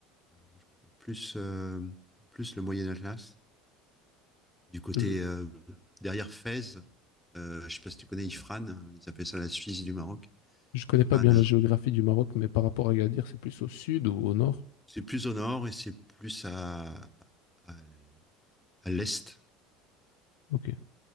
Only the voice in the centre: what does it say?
Euh, Moi, je préfère plus, euh, plus le Moyen Atlas. Du côté
euh, derrière Fès, euh, je sais pas si tu connais Ifrane, hein, ils appellent ça la Suisse du Maroc.
Ifrane,
c'est plus au nord et c'est plus à, à, à l'est.